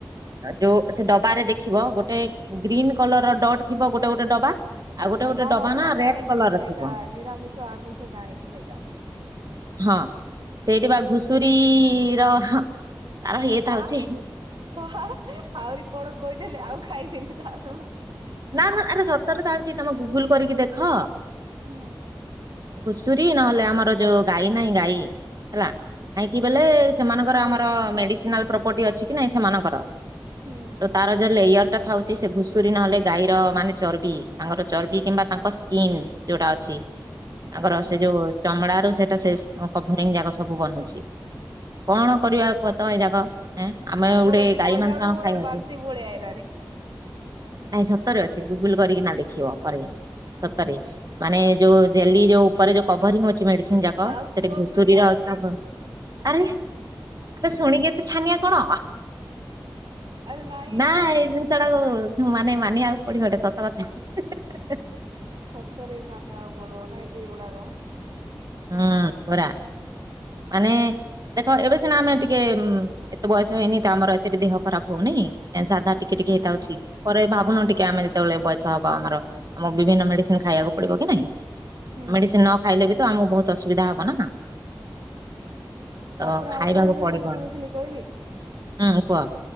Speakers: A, on the right; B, on the right.
A: ଯୋଉ ସେ ଡବାରେ ଦେଖିବ ଗୋଟେ ଗ୍ରୀନ୍ କଲର୍ ଡଟ୍ ଥିବ ଗୋଟେ ଗୋଟେ ଡବା। ଆଉ ଗୋଟେ ଗୋଟେ
B: ହଁ
A: ଡବା
B: ହଁ ସେଇଟା
A: ନା
B: ଜାଣିଛି
A: ରେଡ୍ କଲର ର
B: ସେଇଟା
A: ଥିବ
B: ନିରାମିଷ ଆମିଷ ଜାଣିଛି ସେଇଟା।
A: ହଁ ସେଇଠି
B: ହୁଁ।
A: ବା ଘୁଷୁରୀ ର ତାର ଇଏ ଥାଉଛି।
B: ଆ ଶଆ ଆହୁରି କଣ କହିଦେଲେ ଆଉ ଖାଇବିନି ତାହେଲେ ମୁଁ।
A: ନା ନା ଏଇଟା ସ ତରେ ଖାଉଛି ତମେ ଗୁଗୁଲ୍ କରିକି ଦେଖ।
B: ହୁଁ।
A: ଖୁଷୁରୀ ନହେଲେ ଆମର ଯୋଉ ଗାଈ ନାହିଁ ଗାଈ? ହେଲା କାହିଁକି ବଲେ ସେମାନଙ୍କର ଆମର ମେଡିସିନାଲ୍ ପ୍ରପର୍ଟି ଅଛି କି ନାଇଁ ସେମାନଙ୍କର?
B: ହୁଁ।
A: ତ ତାର ଯା ଲେୟର୍ ଟା ଥାଉଛି ସେ ଘୁଷୁରୀ ନହେଲେ ଗାଈର ମାନେ ଚର୍ବି ତାଙ୍କର ଚର୍ବି କିମ୍ବା ତାଙ୍କ ସ୍କିନ୍ ଯୋଉଟା ଅଛି। ତାଙ୍କର
B: ହୁଁ
A: ସେ ଯୋଉ ଚମଡା ରୁ ସେ ଟ ସେସ୍ କ କଭରିଙ୍ଗ୍ ଜାଗା ସବୁ ବନୁଛି କଣ କରିବା କୁହ ତ ଏଇ ଜାଗଁ ଏଁ। ଆମେ
B: ଆପଣ
A: ଗୋଟେ
B: ଯଦି
A: ଗାଈ
B: କହିଲା
A: ମାଂସ
B: ବେଳକୁ
A: ଆମେ
B: ମୋର
A: ଖାଇବାକୁ
B: ବାନ୍ତି ଭଳିଆ ଆଇଗଲାଣି।
A: ନାଇଁ ସତରେ ଅଛି ଗୁଗୁଲ୍ କରିକି ନା ଦେଖିବ ପରେ। ସତରେ ମାନେ ଯୋଉ ଜେଲି ଯୋଉ ଉପରେ ଯୋଉ କଭରିଂ ଅଛି ମେଡିସିନ୍ ଯା କ
B: ଥାଉ
A: ସେଠି
B: କୁହନ୍ତୁନି
A: ଘୁଷୁରୀର
B: ଆଉ
A: <unintelligible> ଆରେ ମତେ ଶୁଣିକି ଏତେ ଛାନିଆ କଣ
B: ଆରେ ନାଇଁ
A: ନା
B: ମାନେ
A: ଏ ଜିନ୍ଷ ଟାକୁ ମାନେ ମାନିବାକୁ ପଡି ଏଇଟା ସତ କଥା।
B: ସତରେ ବି ମାନିବାକୁ ପଡିବ ନାଇଁ କି ଏଇଗୁଡାକ।
A: ହୁଁ ପରା ମାନେ ଦେଖ ଏବେ ସିନା ଆମେ ଟିକେ ଏତେ ବୟସ ହେଇନି ତ ଆମର ଏତେ ବି ଦେହ ଖରାପ୍ ହଉନି ଏ ସାଧା ଟିକେ
B: ହୁଁ
A: ଟିକେ ହେଇଥାଉଛି। ପରେ ଭାବୁନ ଟିକେ ଆମେ ଯେତେବେଳେ ବୟସ ହବ ଆମର ଆମକୁ ବିଭିନ୍ନ ମେଡିସିନ୍ ଖାଇବାକୁ ପଡିବ କି ନାଇଁ?
B: ହୁଁ।
A: ମେଡିସିନ୍ ନ ଖାଇଲେ ବି ତ ଆମକୁ ବହୁତ୍ ଅସୁବିଧା ହବ ନା।
B: ତାପରେ
A: ତ ଖାଇବାକୁ
B: ଆଉ ଗୋଟେ ବି
A: ପଡିବ
B: ମୁଁ ଶୁଣିଥିଲି
A: ହୁଁ
B: କହିବି
A: କୁହ?